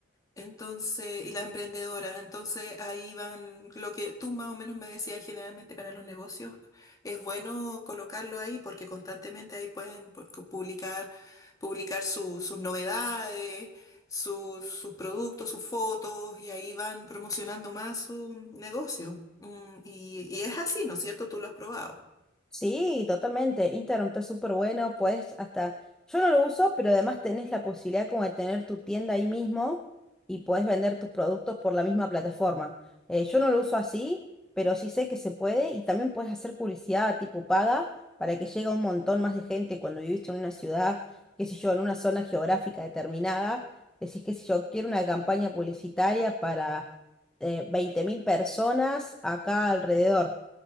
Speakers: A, on the left (about 20°); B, in the centre.
A: Entonces, y las emprendedoras, entonces ahí van lo que tú más o menos me decías generalmente para los negocios, es bueno colocarlo ahí porque constantemente ahí pueden por- publicar, publicar su- sus novedades, su- sus productos, sus fotos y ahí van promocionando más su negocio. Mm, y, y es así, ¿no es cierto? Tú lo has probado.
B: Sí, totalmente. Instagram está súper bueno, puedes hasta, yo no lo uso, pero además tenés la posibilidad como de tener tu tienda ahí mismo y podés vender tus productos por la misma plataforma. Eh, yo no lo uso así, pero sí sé que se puede y también puedes hacer publicidad tipo paga para que llegue a un montón más de gente cuando viviste en una ciudad, qué sé yo, en una zona geográfica determinada. Decís, qué sé yo, quiero una campaña publicitaria para eh, 20.000 personas acá alrededor